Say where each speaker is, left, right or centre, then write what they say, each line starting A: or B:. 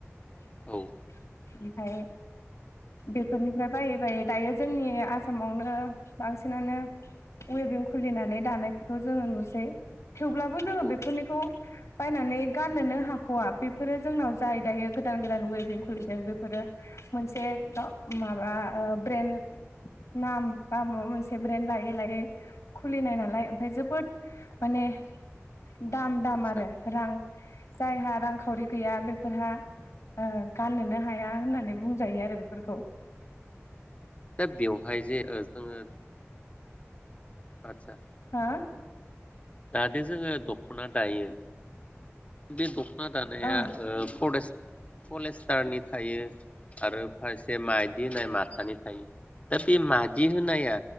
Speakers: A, on the left (about 85°); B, on the left (about 30°).
A: <inaudible>
B: औ
A: ओमफाय बेफोरनिफ्राय बायै बायै दायो जोंनि आसामावनो बांसिनानो वेभिं खुलिनानै दानायखौ जोंङो नुसै। थेवब्लाबो जोंङो
B: औ
A: बेफोरनिखौ बायनानै गाननोनो हाखवा बेफोरो जोंनाव जाय दायो गोदान गोदान वेबें खुलिदों बेफोरो मोनसे गाव माबा ओ ब्रेन्ड नाम बा माबा मोनसे ब्रेन्ड लायै लायै खुलिनाय नालाय ओमफ्राय जोबोद माने उ दाम दाम
B: आदसा
A: आरो रां जायहा रांखावरि गैया बेफोरहा ओ गाननोनो हाया होननानै बुंजायो आरो बेफोरखौ
B: दा बेवहाय जे ओ जोङो आतसा
A: हो
B: जे जोङो दखना दायो बे दख ना दानाया
A: औ
B: ओ फद्रेस पलेस्टारनि थायो आरो फारसे मायदि होनाय माथानि थायो दा बे मादि होनाया